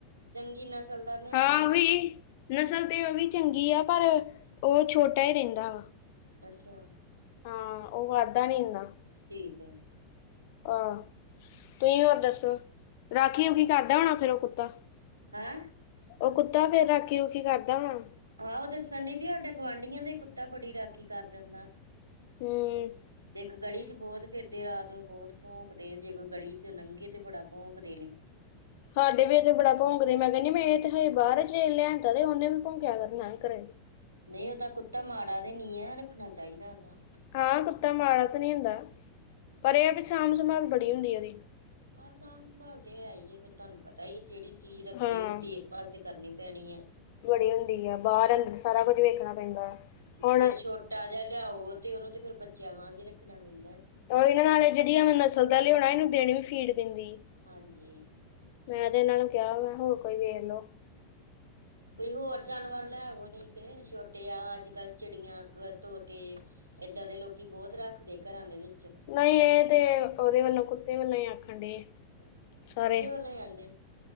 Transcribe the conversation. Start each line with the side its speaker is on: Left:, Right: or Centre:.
Right: ਚੰਗੀ ਨਸਲ ਦਾ ਲਿਆਉਣ
Left: ਹਾਂ ਉਹੀ ਨਸਲ ਤਾਂ ਉਹ ਵੀ ਚੰਗੀ ਆ ਪਰ ਉਹ ਛੋਟਾ ਹੀ ਰਹਿੰਦਾ ਵਾ
Right: ਅੱਛਾ।
Left: ਹਾਂ, ਉਹ ਵਾਧਾ ਨੀ ਇੰਨਾ
Right: ਠੀਕ ਆ।
Left: ਆਹ ਤੁਸੀ ਹੋਰ ਦੱਸੋ ਰਾਖੀ-ਰੂਖੀ ਕਰਦਾ ਹੋਣਾ ਫੇਰ ਉਹ ਕੁੱਤਾ
Right: ਹੈਂ
Left: ਉਹ ਕੁੱਤਾ ਫੇਿਰ ਰਾਖੀ-ਰੂਖੀ ਕਰਦਾ ਹੋਣਾ।
Right: ਆਹ ਉਹ ਦੱਸਣ ਡੀ ਵੀ ਸਾਢੇ ਗੁਆਂਢੀਆਂ ਦਾ ਹੀ ਕੁੱਤਾ ਬੜੀ ਰਾਖੀ ਕਰ ਦਿੰਦਾ।
Left: ਹੂੰ
Right: ਤੇ ਇੱਕ ਗਲੀ ਚ ਬਹੁਤ ਫਿਰਦੇ ਰਾਤ ਨੂੰ ਬਹੁਤ। ਭੋਂਂਕਦੇ ਨੇ ਜੇ ਕੋਈ ਗਲੀ ਚ ਲੰਘੇ ਤੇ ਬੜਾ ਭੋਂਂਕਦੇ ਨੇ।
Left: ਸਾਡੇ ਵੀ ਇਥੇ ਬੜਾ ਭੋਂਕਦੇ ਮੈਂ ਕਹਿੰਦੀ ਮੈਂ ਇਹ ਤੇ ਹਜੇ ਬਾਹਰ, ਜੇ ਲਿਆਂਦਾ ਤੇ ਉਹਨੇ ਵੀ ਭੋਂਕਿਆ ਕਰਨਾ ਘਰੇ।
Right: ਨਹੀਂ, ਉਹਦਾ ਕੁੱਤਾ ਮਾੜਾ ਤੇ ਨਹੀਂ ਹੈ ਰੱਖਣਾ ਚਾਹੀਦਾ ਦਾਵਾ।
Left: ਹਾਂ, ਕੁੱਤਾ ਮਾੜਾ ਤਾਂ ਨਹੀਂ ਹੁੰਦਾ ਪਰ ਇਹ ਹੈ ਸਾਂਭ-ਸੰਭਾਲ ਬੜੀ ਹੁੰਦੀ ਉਹਦੀ।
Right: ਹਾ, ਸਾਂਭ-ਸੰਭਾਲ ਤੇ ਹੈ ਹੀ ਹੈ, ਫੇਰ ਤੁਹਾਨੂੰ ਪਤਾ ਹੀ ਜਿਹੜੀ ਚੀਜ਼ ਰੱਖੀ
Left: ਹਾਂ
Right: ਉਹ ਦੇਖਭਾਲ ਤੇ ਕਰਨੀ ਪੈਣੀ ਹੈ।
Left: ਬੜੀ ਹੁੰਦੀ ਹੈ ਬਾਹਰ-ਅੰਦਰ ਸਾਰਾ ਕੁੱਝ ਵੇਖਣਾ ਪੈਂਦਾ। ਹੁਣ
Right: ਜੇ ਛੋਟਾ ਜਿਹਾ ਲਿਆਓ ਤੇ ਉਹਨੂੰ ਤੇ ਫੇਿਰ ਬੱਚਿਆਂ ਵਾਂਗੇ ਰੱਖਣਾ ਪੈਂਦਾ।
Left: ਉਹ ਇਹਨਾਂ ਨਾਲ ਜਿਹੜੀ ਆ ਮੈਂ ਨਸਲ ਦਾ ਲਿਆਉਣਾ ਇਹਨੂੰ ਦੇਣੀ ਵੀ ਫੀਡ ਪੈਂਦੀ।
Right: ਹਾਂਜੀ।
Left: ਮੈਂ ਤੇ ਇਹਨਾਂ ਨੂੰ ਕਿਹਾ ਮੈਂ ਹੋਰ ਕੋਈ ਵੇਖ ਲੋੋ।
Right: ਕੋਈ ਹੋਰ ਜਾਨਵਰ। ਲੈਵੋ ਨੀ ਤੇ ਛੋਟੇ ਆ ਅੱਜ ਕੱਲ ਚਿੜੀਆਂ ਤੋਤੇ। ਇਏਦਾਂ ਦੇ ਲੋਕੀ ਬਹੁਤ ਰੱਖਦੇ ਘਰਾਂ ਦੇ ਵਿੱਚ।
Left: ਨਹੀਂ ਇਹ ਤੇ ਉਹਦੇ ਵੱਲੋਂ ਕੁੱਤੇ ਵੱਲੋਂ ਹੀ ਆਖਣ ਡੇ।
Right: ਹਮ
Left: ਸਾਰੇ
Right: ਕੁੱਤੇ ਵੱਲੋਂ ਹੀ ਆਂਦੇ ਨੇ।